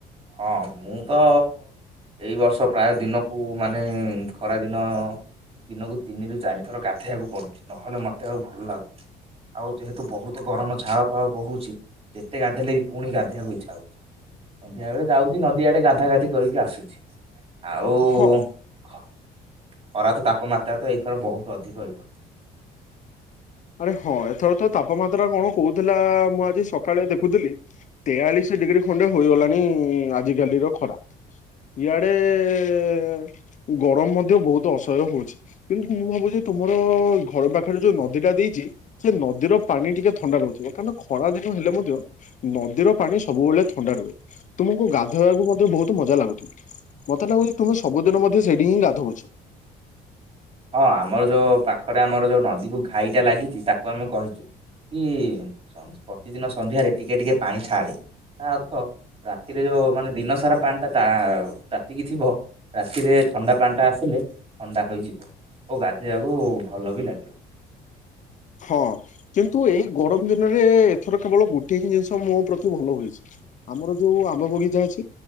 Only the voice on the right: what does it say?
ହଁ ମୁଁ ତ ଏଇ ବର୍ଷ ପ୍ରାୟ ଦିନକୁ ମାନେ ଖରାଦିନ ଦିନକୁ ତିନି ରୁ ଚାରି ଥର ଗାଧେଇବାକୁ ପଡୁଛି, ନହେଲେ ମତେ ଆଉ ଭଲ ଲାଗୁ ଆଉ ଯେହେତୁ ବହୁତ ଗରମ ଝାଳ ଫାଳ ବହୁଛି, ଯେତେ ଗାଧେଇଲେ ବି ପୁଣି ଗାଧେଇଆକୁ ଇଛା ହଉଛି। ସବେଳେ ଯାଉଛି ନଦୀ ଆଡେ ଗାଧା ଗାଧି କରିକି ଆସୁଛି, ଆଉ
ଖ ଖରା ତ ତାପମାତ୍ରା ତ ଏଇଥର ବହୁତ ଅଧିକ ହୋଇପଡେ।
ହଁ ଆମର ଯୋଉ ପାଖରେ ଆମର ଯୋଉ ନଦୀକୁ ଘାଇଟା ଲାଗିଚି ତାକୁ ଆମେ କହିଚୁ କି ପ୍ରତିଦିନ ସନ୍ଧ୍ୟାରେ ଟିକେ ଟିକେ ପାଣି ଛାଡେ ତା ଅର୍ଥ ରାତିରେ ଯୋଉ ମାନେ ଦିନ ସାରା ପାଣି ତା ତାତିକି ଥିବ ରାତିରେ ଥଣ୍ଡା ପାଣି ଟା ଆସିଲେ ଥଣ୍ଡା ହୋଇଯିବ ଓ ଗାଧୋଇବାକୁ ଭଲ ବି ଲାଗିବ।